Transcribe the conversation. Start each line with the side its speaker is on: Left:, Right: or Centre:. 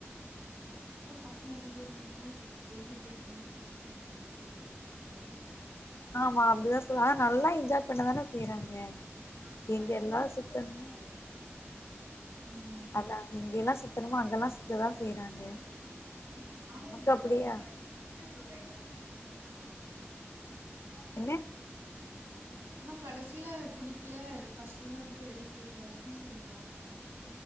Right: இப்பல்லா பசங்க என்ன சொல்லுவாங்க வெளியே போயிட்டு வந்த கஷ்டோ எங்களுக்கு தா தெரியு அங்கவை சொல்லுவாங்க
Left: ஆமா அப்டிதா சொல் ஆனா நல்லா என்ஜாய் பண்ணதான செய்றாங்க
Right: ஆமா
Left: எங்க
Right: என்ஜாய்
Left: எல்லா சுத்தணுமோ
Right: பண்ண. ம்
Left: அதா எங்க எல்லா சுத்தணுமோ அங்க எல்லா சுத்ததா
Right: <unintelligible>
Left: செய்றாங்க நமக்கு அப்டியா
Right: க்கிறாங்க
Left: என்ன
Right: ஆனா கடசில புடிக்கல கஷ்டமா இருக்கு வெளிய போயிட்டு வரக்குன்னு சொல்லிக்கிறாங்க